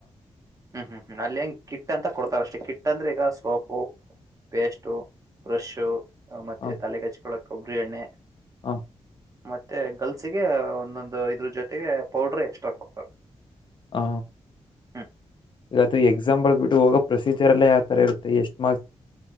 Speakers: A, on the right (about 30°); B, on the left (about 45°).
A: ಹ್ಮ್ ಹ್ಮ್ ಹ್ಮ ಅಲ್ಲಿ ಹೆಂಗ ಕಿಟ್ಟಂತ ಕೊಡ್ತಾರ ಅಷ್ಟೆ ಕಿಟ್ಟ ಅಂದ್ರೆ ಈಗ ಸೋಪು ಪೇಸ್ಟು ಬ್ರಷು ಮತ್ತೆ
B: ಹ
A: ತಲೆಗೆ ಹಚ್ಕೊಳಕ್ ಒಬ್ಬರಿ ಎಣ್ಣೆ
B: ಹ
A: ಮತ್ತೆ ಗರ್ಲ್ಸಿಗೆ ಒಂದೊಂದು ಇದ್ರ ಜೊತೆಗೆ ಪೌಡ್ರ ಎಕ್ಸ್ಟ್ರಾ ಕೊಡ್ತಾರೆ
B: ಹ
A: ಹ್ಮ್
B: ಈಗದು ಎಕ್ಸಾಂಬಳ ಬಿಟ್ಟು ಹೋಗ ಪ್ರೊಸೀಜರ್ ಎಲ್ಲ ಯಾವತರ ಇರುತ್ತೆ ಎಷ್ಟು